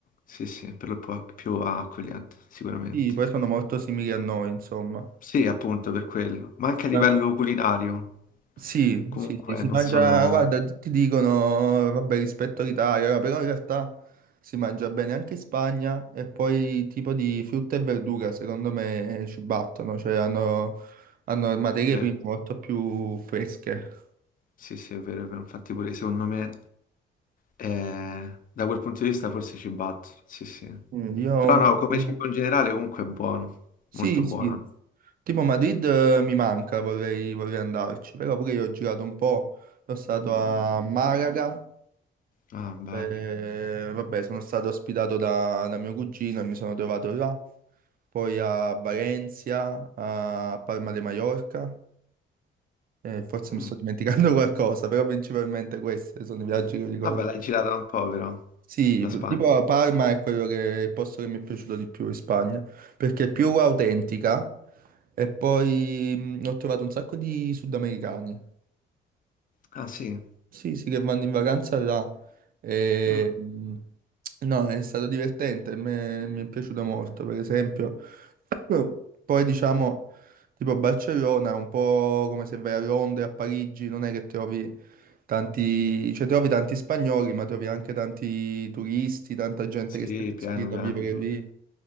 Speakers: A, on the left; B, on the right.
A: Sì, sì, per lo po- più accogliente, sicuramente.
B: Sì, poi sono molto simili a noi, insomma.
A: Sì, appunto, per quello. Ma anche a livello
B: Una co-
A: culinario.
B: Sì,
A: Comunque
B: sì, sì, si
A: non
B: mangia,
A: sono...
B: guarda, tutti dicono, vabbè, rispetto all'Italia, no, però in realtà si mangia bene anche in Spagna e poi tipo di frutta e verdura, secondo me, ci battono, cioè hanno, hanno materie
A: Vero.
B: prime molto più fresche.
A: Sì, sì, è vero, è vero. Infatti pure secondo me, eh, da quel punto di vista forse ci batto. Sì, sì.
B: Mm, Io ho
A: Però
B: un
A: no,
B: po'...
A: come
B: di-
A: cibo in generale comunque è buono.
B: Sì,
A: Molto buono.
B: sì. Tipo Madrid eh, mi manca, vorrei, vorrei andarci, però pure io ho girato un po', sono stato a Malaga
A: Ah, bello.
B: Eh, vabbè, sono stato ospitato da, da mio cugino e mi sono trovato là, poi a Valencia, a Palma de Mallorca, eh, forse mi
A: Mm.
B: sto dimenticando <laughs> qualcosa, però principalmente questi sono i viaggi che ricordo.
A: Vabbè, l'hai girata un po' però,
B: Sì,
A: la
B: p-
A: Spagna.
B: tipo a Parma è quello che, il posto che mi è piaciuto di più in Spagna, perché è più autentica e poi mh, ho trovato un sacco di sudamericani,
A: Ah, sì.
B: Sì, sì, che vanno in vacanza là. E,
A: Ah,
B: mh, no, è stato divertente, me- mi è piaciuto molto, per esempio. <clears throat> Poi diciamo, tipo Barcellona è un po' come se vai a Londra, a Parigi, non è che trovi tanti, cioè trovi tanti spagnoli, ma trovi anche tanti turisti, tanta gente
A: sì,
B: che si è trasferita
A: piano, piano,
B: a vivere
A: proprio.
B: lì.